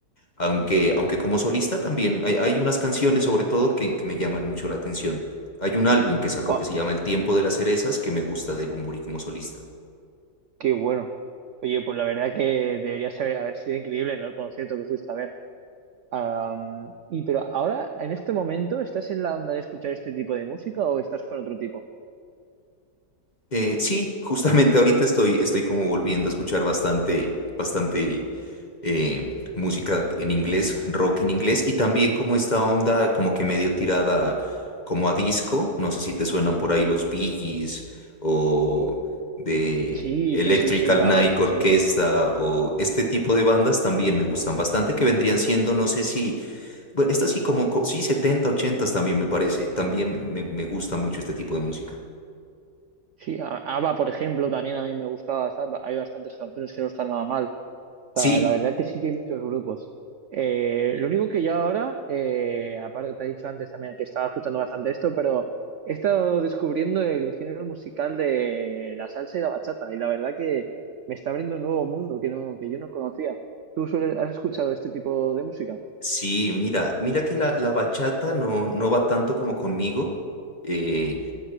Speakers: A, on the left; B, on the right.
A: aunque, aunque como solista también hay, hay unas canciones sobre todo que, que me llaman mucho la atención. Hay un álbum que sacó
B: Ah,
A: que se llama El tiempo de las cerezas que me gusta de Bunbury como solista.
B: qué bueno. Oye, pues la verdad que debería ser- haber sido increíble, ¿no? El concierto que fuiste a ver. Am, y pero ahora, en este momento, ¿estás en la onda de escuchar este tipo de música o estás con otro tipo?
A: Eh, sí, justamente ahorita estoy, estoy como volviendo a escuchar bastante, bastante eh, música en inglés, rock en inglés, y también como esta onda como que medio tirada como a disco, no sé si te suenan por ahí los Bee Gees o de
B: Sí,
A: Electrical
B: sí, sí, sí, claro,
A: Night
B: sí,
A: Orchestra
B: sí.
A: o este tipo de bandas también me gustan bastante que vendrían siendo, no sé si, bueno, estas sí como, co- sí, 70, 80 también me parece, también me me gusta mucho este tipo de música.
B: Sí, a- ABBA, por ejemplo, también a mí me gusta bastante. Hay bastantes canciones que no están nada mal.
A: Sí,
B: sea, la verdad que sí que hay muchos grupos. Eh, lo único que yo ahora, eh, aparte te he dicho antes también que estaba escuchando bastante esto, pero he estado descubriendo el género musical de la salsa y la bachata, y la verdad que me está abriendo un nuevo mundo que no, que yo no conocía. ¿Tú sueles- has escuchado este tipo de música?
A: Sí, mira, mira que la, la bachata no, no va tanto como conmigo, eh,